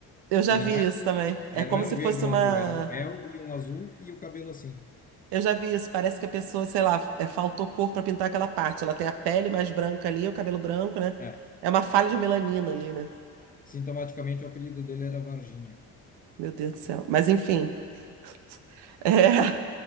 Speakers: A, on the right; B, on the left.
A: eu já
B: e
A: vi
B: não era,
A: isso também.
B: é,
A: É como
B: não era
A: se
B: um verde
A: fosse
B: e
A: uma.
B: um azul, era um mel e um azul e o cabelo assim.
A: Eu já vi isso. Parece que a pessoa, sei lá, é, faltou cor pra pintar aquela parte. Ela tem a pele mais branca ali, o cabelo branco, né?
B: é.
A: É uma falha de melanina ali, né?
B: Sintomaticamente, o apelido dele era Varginha.
A: Meu Deus do céu. Mas enfim. <laughs> É.